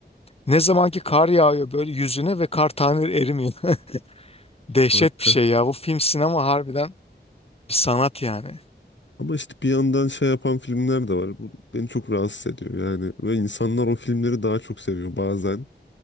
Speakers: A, on the left; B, on the left.
A: Ne zaman ki kar yağıyor böyle yüzüne ve kar tane erimiyor. <laughs> Dehşet
B: Harika.
A: bir şey ya bu film sinema harbiden Bir sanat yani.
B: Ama işte bir yandan şey yapan filmler de var. Bu beni çok rahatsız ediyor yani. Ve insanlar o filmleri daha çok seviyor bazen.